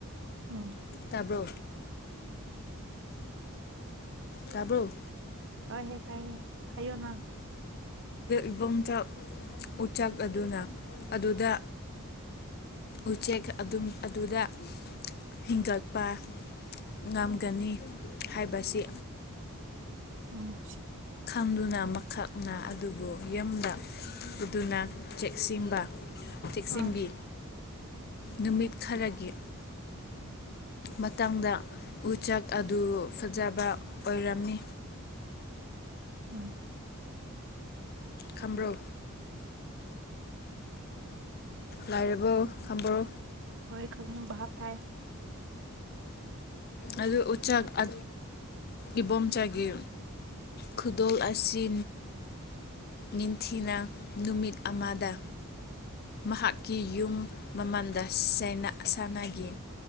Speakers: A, on the right (about 60°); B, on the left (about 45°).
A: ꯎꯝ
B: ꯇꯥꯕ꯭ꯔꯣ ꯇꯥꯕ꯭ꯔꯣ
A: ꯍ ꯍꯦ ꯇꯥꯏꯦ ꯍꯥꯏꯌꯣ ꯅ
B: ꯏꯕꯨꯡꯆꯥ ꯎꯆꯦꯛ ꯑꯗꯨꯅ ꯑꯗꯨꯗ ꯎꯆꯦꯛ ꯑꯗꯨꯝ ꯑꯗꯨꯗ ꯍꯤꯡꯒꯠꯄ ꯉꯝꯒꯅꯤ ꯍꯥꯏꯕꯁꯤ
A: ꯎꯝ
B: ꯄꯨꯟꯗꯨꯅ ꯃꯈꯛꯅ ꯑꯗꯨꯕꯨ ꯌꯨꯝꯗ ꯎꯗꯨꯅ ꯆꯦꯛꯁꯤꯟꯕ ꯆꯦꯛꯁꯤꯕꯤ
A: ꯑꯥ
B: ꯅꯨꯃꯤꯠ ꯈꯔꯒꯤ ꯃꯇꯥꯡꯗ ꯎ ꯎꯆ ꯆꯥꯛ ꯑꯗꯨ ꯐꯖꯕ ꯑꯣꯏꯔꯝꯃꯤ
A: ꯎꯝ
B: ꯈꯝꯝꯕ꯭ꯔꯣ ꯂꯥꯏꯔꯕꯣ ꯈꯝꯕ꯭ꯔꯣ
A: ꯍꯣꯏ ꯈꯪꯉꯦ ꯚꯥꯞ ꯇꯥꯏ
B: ꯑꯗꯨ ꯍ ꯎꯆꯆꯥ ꯑ ꯏꯕꯣꯝꯆꯥꯒꯤ ꯈꯨꯗꯣꯜ ꯑꯁꯤ ꯅꯤꯡꯊꯤꯅ ꯅꯨꯃꯤꯠ ꯑꯃꯗ ꯃꯍꯥꯛꯀꯤ ꯌꯨꯝ ꯃꯃꯜꯗꯅꯥ ꯑꯁꯥꯟꯅꯒꯤ